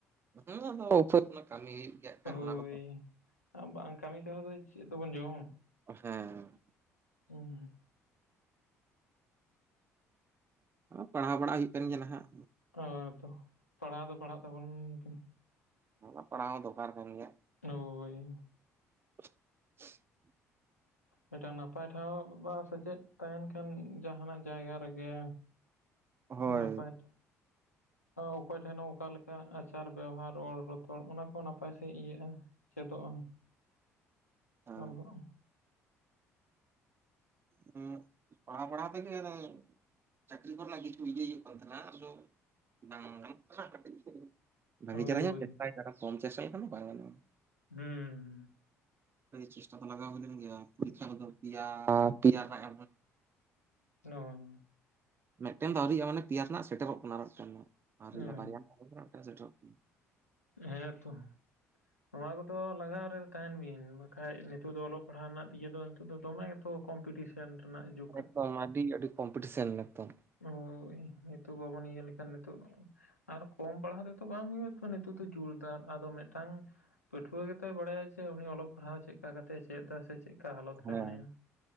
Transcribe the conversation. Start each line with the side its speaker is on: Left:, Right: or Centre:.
Right: ᱦᱮᱸ ᱟᱫᱚ ᱩᱯᱟᱹᱭ ᱨᱮᱱᱟᱜ ᱠᱟᱹᱢᱤ ᱦᱩᱭᱩᱜ ᱜᱮᱭᱟ
Left: ᱦᱳᱭ
Right: ᱚᱱᱟ ᱠᱚ ᱫᱚᱼᱼᱼ
Left: ᱟᱨ ᱵᱟᱝ ᱠᱟᱹᱢᱤ ᱛᱮᱦᱚᱸ ᱪᱮᱫ ᱫᱚ ᱵᱚᱱ ᱡᱚᱢᱼᱼᱼ
Right: ᱦᱮᱸᱼᱼᱼ
Left: ᱦᱩᱸ
Right: ᱯᱟᱲᱦᱟᱣ ᱵᱟᱲᱟᱜ ᱦᱩᱭᱩᱜ ᱠᱟᱱ ᱜᱮᱭᱟ ᱱᱟᱦᱟᱜᱼᱼᱼ
Left: ᱦᱳ ᱛᱚ ᱯᱟᱲᱦᱟᱣ ᱫᱚ ᱯᱟᱲᱦᱟᱜ ᱛᱟᱵᱚᱱ ᱯᱮᱼᱼᱼ
Right: ᱚᱱᱟᱫᱚ ᱯᱟᱲᱦᱟᱣ ᱦᱚᱸ ᱫᱚᱨᱠᱟᱨ ᱠᱟᱱ ᱜᱮᱭᱟᱼᱼ
Left: ᱦᱚᱭᱼᱼᱼ
Right: <inaudible>
Left: ᱢᱤᱫᱴᱟᱱ ᱱᱟᱯᱟᱭ ᱴᱷᱟᱶ ᱵᱟ ᱥᱮᱪᱮᱫ ᱛᱟᱦᱮᱱ ᱠᱷᱟᱱ ᱡᱟᱦᱟᱸᱱᱟᱜ ᱡᱟᱭᱜᱟ ᱨᱮᱜᱮᱼᱼᱼᱼ
Right: ᱦᱳᱭ
Left: ᱱᱟᱯᱟᱭ ᱫᱚᱼᱼᱼ ᱚᱠᱚᱭ ᱴᱷᱮᱱ ᱦᱚᱸ ᱚᱠᱟᱞᱮᱠᱟ ᱟᱪᱟᱨ ᱵᱮᱣᱦᱟᱨ ᱨᱚᱲ ᱨᱚᱛᱚᱲ ᱚᱱᱟ ᱠᱚ ᱱᱟᱯᱟᱭ ᱥᱟᱦᱤᱡ ᱤᱭᱟᱹᱜᱼᱟ᱾ ᱪᱮᱫᱚᱜ
Right: ᱦᱮᱸ
Left: ᱥᱟᱵᱚᱦᱚᱜᱼᱟ᱾
Right: ᱦᱩᱸ ᱯᱟᱲᱦᱟᱣ ᱯᱟᱲᱦᱟᱣ ᱛᱮᱜᱮ ᱮᱠᱫᱚᱢᱼᱼ ᱪᱟᱹᱠᱨᱤ ᱠᱚᱨᱮᱱᱟᱜ ᱠᱤᱪᱷᱩ ᱤᱭᱟᱹ ᱦᱩᱭᱩᱜ ᱠᱟᱱ ᱛᱟᱸᱦᱮᱱᱟ ᱟᱫᱚ ᱵᱟᱝ ᱜᱟᱱᱚᱜ ᱠᱟᱱᱟ ᱠᱟᱴᱤᱡᱼᱼᱼᱼ ᱵᱷᱟᱜᱮ
Left: ᱦᱳᱭ
Right: ᱪᱮᱦᱨᱟ ᱧᱚᱜ ᱪᱮᱥᱴᱟᱭ ᱠᱚᱢ ᱪᱮᱥᱴᱟᱭ ᱞᱮᱠᱷᱟᱱ ᱫᱚ ᱵᱟᱝ ᱜᱟᱱᱚᱜᱼᱟ᱾
Left: ᱦᱩᱸᱼᱼᱼ
Right: ᱪᱮᱥᱴᱟ ᱛᱚ ᱞᱟᱜᱟᱣ ᱦᱩᱭ ᱞᱮᱱ ᱜᱮᱭᱟ ᱯᱚᱨᱤᱠᱷᱟ ᱠᱚᱫᱚ ᱯᱮᱭᱟ ᱯᱮᱭᱟ ᱨᱮᱱᱟᱜ ᱮᱢ ᱦᱩᱭ ᱞᱮᱱᱟ᱾
Left: ᱱᱚᱼᱼ
Right: ᱢᱮᱜᱴᱮᱱ ᱫᱚ ᱟᱹᱣᱨᱤᱭᱟᱼᱟ ᱢᱟᱱᱮ ᱯᱮᱭᱟ ᱨᱮᱱᱟᱜ ᱥᱮᱴᱮᱨᱚᱜ ᱠᱟᱱᱟ ᱟᱨ ᱢᱮᱜᱴᱮᱱ ᱫᱚ ᱦᱟᱸᱜ
Left: ᱦᱩᱸ
Right: ᱵᱟᱨᱭᱟ ᱵᱟᱨᱭᱟ ᱢᱮᱜᱴᱮᱱ ᱥᱮᱴᱮᱨᱚᱜ ᱠᱟᱱᱟ᱾
Left: ᱦᱮᱸ ᱛᱚ ᱱᱚᱣᱟ ᱠᱚᱫᱚ ᱞᱟᱜᱟᱣ ᱨᱮ ᱛᱟᱦᱮᱱ ᱵᱤᱱ᱾ ᱵᱟᱠᱷᱟᱡ ᱱᱤᱛᱚᱜ ᱫᱚ ᱚᱞᱚᱜ ᱯᱟᱲᱦᱟᱣ ᱨᱮᱱᱟᱜ ᱤᱭᱮ ᱫᱚ ᱱᱤᱛᱚᱜ ᱫᱚᱢᱮ ᱜᱮᱛᱚ ᱠᱚᱢᱯᱤᱴᱤᱥᱮᱱ ᱨᱮᱱᱟᱜ ᱡᱩᱜᱼᱼᱼ
Right: ᱮᱠᱫᱚᱢ ᱟᱹᱰᱤ ᱟᱹᱰᱤ ᱠᱚᱢᱯᱤᱴᱤᱥᱮᱱ ᱮᱠᱫᱚᱢ
Left: ᱦᱳᱭ ᱱᱤᱛᱚᱜ ᱵᱟᱵᱚᱱ ᱤᱭᱟᱹ ᱞᱮᱠᱷᱟᱱ ᱱᱤᱛᱚᱜ ᱟᱨ ᱠᱚᱢ ᱯᱟᱲᱦᱟᱜ ᱛᱮᱛᱚ ᱵᱟᱝ ᱦᱩᱭᱩᱜ- ᱟ ᱛᱚ ᱱᱤᱛᱚᱜᱼᱼᱼ ᱱᱤᱛᱚᱜ ᱫᱚ ᱡᱳᱨᱫᱟᱨ ᱟᱫᱚ ᱢᱮᱜᱴᱟᱝᱼᱼ ᱯᱟᱹᱴᱷᱩᱣᱟᱹ ᱜᱮᱛᱚᱭ ᱵᱟᱲᱟᱭᱟ ᱡᱮ ᱩᱱᱤ ᱚᱞᱚᱜ ᱯᱟᱲᱦᱟᱣ ᱪᱮᱫ ᱞᱮᱠᱟ ᱠᱟᱛᱮ ᱮ ᱪᱮᱫ ᱫᱟ ᱥᱮ ᱪᱮᱫ? ᱠᱟ ᱦᱟᱞᱚᱛ
Right: ᱦᱮᱸ
Left: ᱨᱮ ᱢᱮᱱᱟᱭᱟ